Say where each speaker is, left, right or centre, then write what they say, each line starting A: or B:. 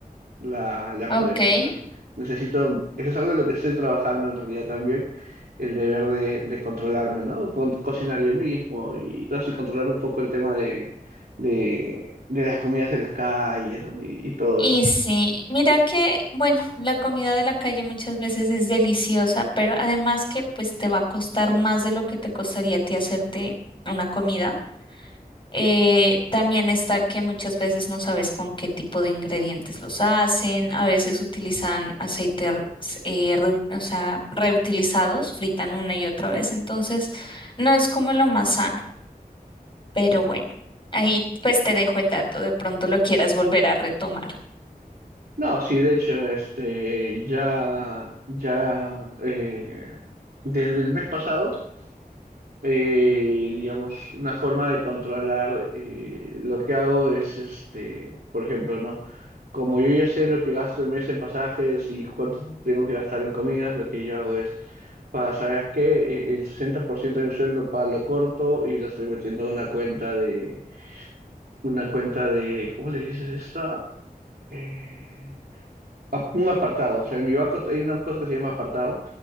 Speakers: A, on the right; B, on the left.
A: la, la aprovecho.
B: Ok.
A: o sea, necesito, eso es algo de lo que estoy trabajando en realidad también, el deber de, de controlarme, ¿no? Con, cocinar yo mismo y todo eso, y controlar un poco el tema de, de, de las comidas de las calles, ¿no? Y, y todo
B: Y
A: eso.
B: sí, mira que, bueno, la comida de la calle muchas veces es deliciosa, pero además que pues te va a costar más de lo que te costaría a ti hacerte una comida. Eh, también está que muchas veces no sabes con qué tipo de ingredientes los hacen, a veces utilizan aceites eh, reu- o sea, reutilizados, fritan una y otra vez, entonces no es como lo más sano, pero bueno, ahí pues te dejo el dato, de pronto lo quieras volver a retomar.
A: No, sí, de hecho, este, ya, ya, eh, desde el mes pasado, eh, digamos, una forma de controlar eh, lo que hago es, este, por ejemplo, ¿no? Como yo ya sé lo que gasto el mes en pasajes y cuánto tengo que gastar en comidas, lo que yo hago es, para, ¿sabes qué? E- El 60% de mi sueldo para lo corto y lo estoy metiendo en una cuenta de, una cuenta de, ¿cómo le dices esta? Eh, ap- un apartado. O sea, en mi banco hay una cosa que se llama apartado,